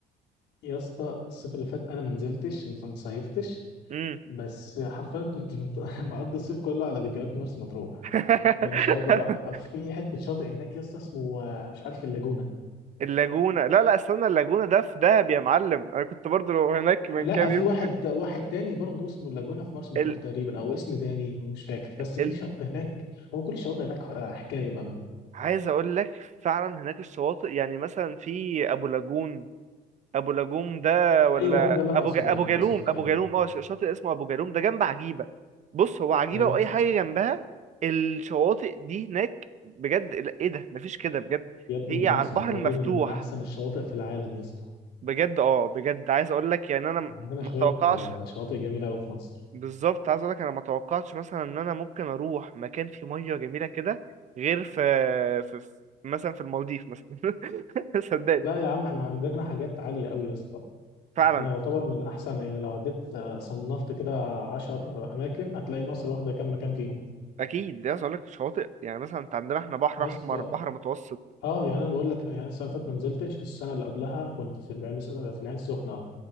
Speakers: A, on the left (about 80°); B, on the right (about 45°).
A: يا اسطى الصيف اللي فات انا ما نزلتش ما صيفتش
B: امم
A: بس حرفيا كنت مط- <laughs> مقضي الصيف كله على فيديوهات مرسى مطروح
B: <laughs>
A: من شاطئ بقى في حته شاطئ هناك يا اسطى اسمه آه، مش عارف اللاجونه
B: اللاجونة لا لا استنى اللاجونة ده في دهب يا معلم أنا كنت برضو هناك من
A: لا
B: كام
A: في
B: يوم
A: واحد واحد تاني برضه اسمه اللاجونه في مرسى مطروح
B: ال...
A: تقريبا او اسم تاني مش فاكر بس
B: ال...
A: في شاطئ هناك هو كل الشواطئ هناك آه، حكايه بامان
B: عايز أقولك فعلا هناك الشواطئ يعني مثلا في أبو لاجون ابو لاجوم ده ولا
A: ايوه هو ده اللي انا
B: ابو
A: اقصده
B: ج... ابو
A: انا
B: جالوم
A: اقصده تقريبا
B: ابو جالوم اه ش- شاطئ اسمه ابو جالوم ده جنب عجيبه بص هو عجيبه
A: ايوه
B: واي حاجه جنبها الشواطئ دي هناك بجد لا، ايه ده مفيش كده بجد
A: يا ابني
B: هي
A: مرسى
B: على البحر
A: مطروح
B: المفتوح
A: دي من من احسن الشواطئ في العالم يا اسطى
B: بجد اه بجد عايز اقول لك يعني انا م-
A: إحنا عندنا
B: ما
A: شويه
B: توقعش
A: آه، شواطئ جميله قوي في مصر
B: بالظبط عايز اقول لك انا ما توقعتش مثلا ان انا ممكن اروح مكان فيه ميه جميله كده غير في, في... في مثلا في المالديف مثلا <laughs> صدقني
A: لا يا عم احنا عندنا حاجات عاليه قوي يا اسطى
B: فعلا
A: يعني احنا يعتبر من احسن يعني لو عديت آه، صنفت كده عشر اماكن هتلاقي مصر واخده كام مكان فيهم
B: اكيد ده عايز اقول لك شواطئ يعني مثلا انت عندنا احنا بحر
A: يا
B: احمر
A: اسطى
B: بحر متوسط
A: اه يعني انا بقول لك يعني السنه اللي فاتت ما نزلتش السنه اللي قبلها كنت في العين في العين السخنه